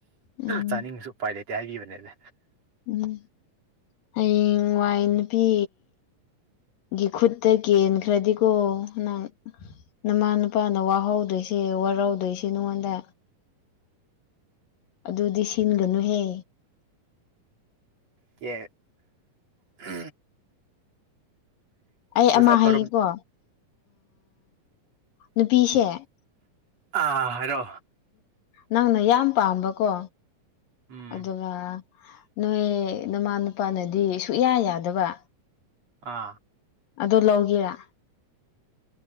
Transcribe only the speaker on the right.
ꯆꯥꯅꯤꯡꯉꯁꯨ ꯎꯄꯥꯏ ꯂꯩꯇꯦ ꯍꯥꯏꯈꯤꯕꯅꯦꯅꯦ
ꯀ ꯎ
ꯑꯐꯔꯣꯝ
ꯑꯥ ꯍꯥꯏꯔꯣ
ꯎꯝ
ꯑꯥ